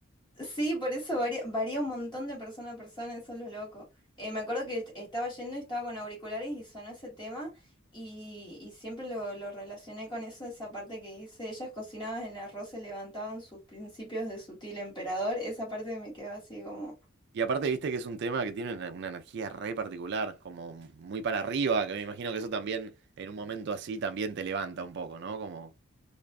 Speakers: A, on the left; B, on the right.
A: Sí, por eso varía, varía un montón de persona a persona, eso es lo loco. Eh, me acuerdo que est- estaba yendo y estaba con auriculares y sonó ese tema y, y siempre lo, lo relacioné con eso, esa parte que dice, ellas cocinaban en el arroz, se levantaban sus principios de sutil emperador, esa parte me quedó así como...
B: Y aparte, viste que es un tema que tiene una, una energía re particular, como muy para arriba, que me imagino que eso también, en un momento así, también te levanta un poco, ¿no? Como